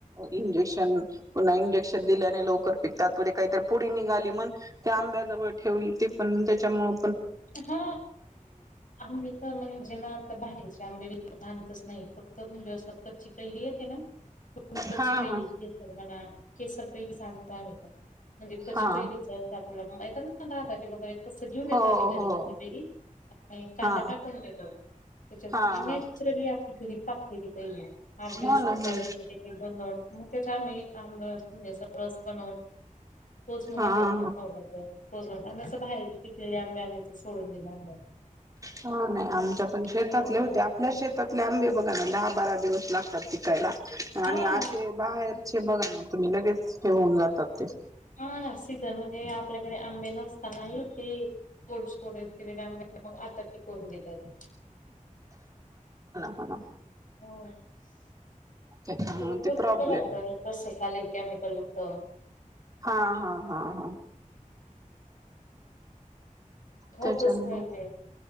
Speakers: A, on the right; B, on the left.
A: इंजेक्शन पुन्हा इंजेक्शन दिल्याने लवकर पिकताते काहीतरी थोडी निघाली मग ते आंब्याजवळ ठेवली ते पण त्याच्यामुळ
B: हा आम्ही तर म्हणजे ना आता बाहेर चे आंबे विकत आणतच नाही फक्त <unintelligible> कच्ची कैरी येते ना पूर्ण कच्ची
A: हा
B: कैरी
A: हा
B: <unintelligible> मला केसर काही किसान <unintelligible> म्हणजे कशी
A: हा
B: काही विचारते आपला नाता की <unintelligible> कसं घेऊन
A: हो
B: येत -- घरी
A: हो
B: <unintelligible> कांदा
A: हा
B: टाकून घेतो त्याच्यात
A: हा हा
B: नॅचरली आपली घरी पा -- कती काय रे? आठ दिवसात
A: हो ना हो
B: चार दिवसात देखील दोन <unintelligible> त्याच्या आम्ही आबरस म्हणजे स रस बनवून- - तोच मुलांना
A: हा हा
B: पण खाऊ लाग तो <unintelligible> बाहेरची पिकलेली आं -- बे अनायचं सोडून दिलं <unintelligible>
A: हा ना आमच्या पण शेतातले
B: हो
A: होते. आपल्या शेतातले आंबे -- <unintelligible> आभाळात -- दिवस लागतात पिकायला
B: हा
A: आणि असे बाहेरचे बघा. तुम्ही लगेच हे होऊन जातात ते --
B: हा सीझन म्हणजे आपल्याकडे आंबे नसताना येते. कोल्ड स्टोरेजॅम मग आता तेकण देतात.
A: ह.
B: हो.
A: त्याच्यामुळे
B: भरपुर
A: ते प्रॉब्लेम
B: <unintelligible> होतरे कस आले केमिकल युक्त --
A: हा, हा, हा, हा.
B: हो
A: त्याच्यामुळे
B: तस नाही काही.